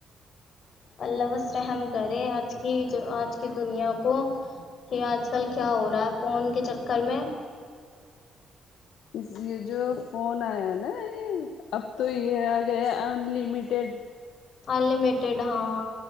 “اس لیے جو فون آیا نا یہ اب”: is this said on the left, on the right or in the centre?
Left